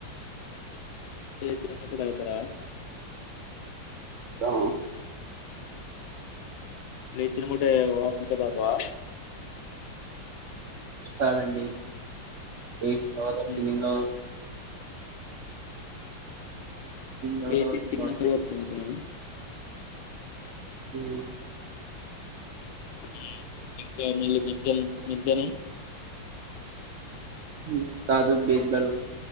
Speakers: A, on the left (about 85°); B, on the right (about 65°).
A: లేచిన ఏమ్మటే తాగుతారా
B: ఆ
A: లేచిన ఏమ్మటే ఒ ఆఫ్ లీటర్ తాగుతవా
B: కాదు అండి లేచిన తరువాత
A: ఉమ్.
B: తిన్న తర్వాత
A: లేచి తిన్న
B: వర్క్
A: తరువాత తగుతావా
B: హుమ్
A: మ్ ఇంకా మళ్ళీ మధ్యాహ్నం మధ్యాహ్నం
B: మ్ కాదు బిద్ బెల్లం